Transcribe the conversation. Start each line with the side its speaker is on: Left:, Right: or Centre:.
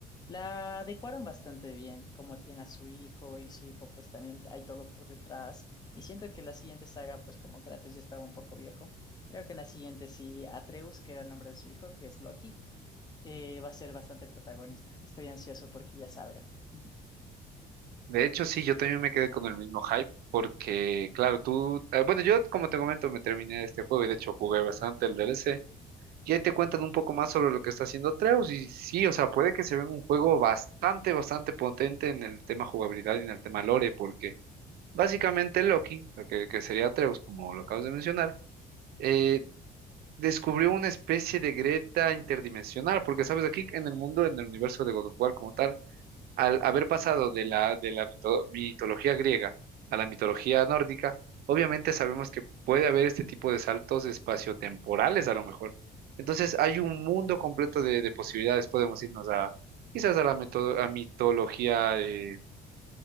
Left: la adecuaron bastante bien, como tiene a su hijo y su hijo pues también hay todo por detrás. Y siento que la siguiente saga, pues como Kratos ya estaba un poco viejo Creo que en la siguiente sí, Atreus, que era el nombre de su hijo, que es Loki, eh, va a ser bastante protagonista. Estoy ansioso porque ya salga. <laughs>
Right: De hecho, sí, yo también me quedé con el mismo hype. Porque, claro, tú... eh, Bueno, yo, como te comento, me terminé este juego y de hecho jugué bastante el DLC. Y ahí te cuentan un poco más sobre lo que está haciendo Treus. Y sí, o sea, puede que se vea un juego bastante, bastante potente en el tema jugabilidad y en el tema lore. Porque Básicamente Loki, o sea, que, que sería Treus como lo acabas de mencionar, eh, descubrió una especie de Greta interdimensional, porque sabes, aquí en el mundo, en el universo de God of War como tal, al haber pasado de la, de la mito- mitología griega a la mitología nórdica, obviamente sabemos que puede haber este tipo de saltos espaciotemporales a lo mejor. Entonces hay un mundo completo de, de posibilidades, podemos irnos a quizás a la mito- a mitología eh,